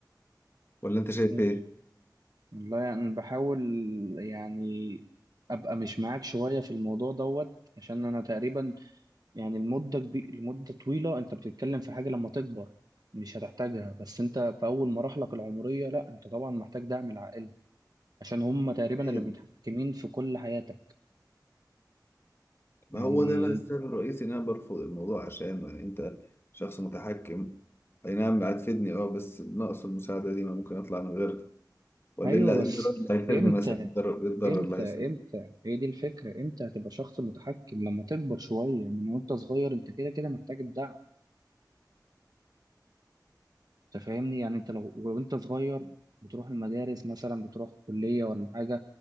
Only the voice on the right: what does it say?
مش- والله يعني أنا بحاول يعني ابقى مش معاك شويه في الموضوع دوت عشان انا تقريبا يعني المده كبير لمده طويله انت بتتكلم في حاجه لما تكبر مش هتحتاجها بس انت في اول مراحلك العمريه لا انت طبعا محتاج دعم العائله عشان هم تقريبا
اللي متحكمين في كل حياتك
يعني
ايوه
بس
امتى
امتى
امتى هي دي الفكره امتى هتبقى شخص متحكم لما تكبر شويه انما وانت صغير انت كده كده محتاج الدعم انت فاهمني يعني انت لو وانت صغير بتروح المدارس مثلا بتروح كليه ولا حاجه